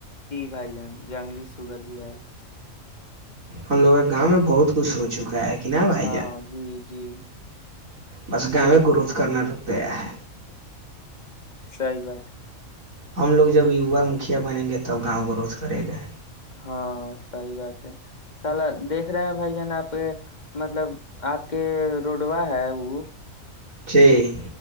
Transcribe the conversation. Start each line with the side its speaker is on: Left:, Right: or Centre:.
Left: بھائی جان جنگلی سور بھی ایا تھا
Right: ہم لوگ گاؤں میں بہت کچھ ہو چکا ہے کہ نا
Left: تھا
Right: بھائی
Left: ہاں
Right: جان
Left: جی جی
Right: بس گا میں گروتھ کرنا رک گیا ہے
Left: صحیح بات ہے
Right: ہم لوگ جب یوا مکھیا بنیں گے تب گاؤں کو روھ کرے گے
Left: ہاں صحی بات ہے سل دیکھ رہے ہیں بھائی جان آپ کے مطلب آپ کے روڈوا ہے وہ
Right: جی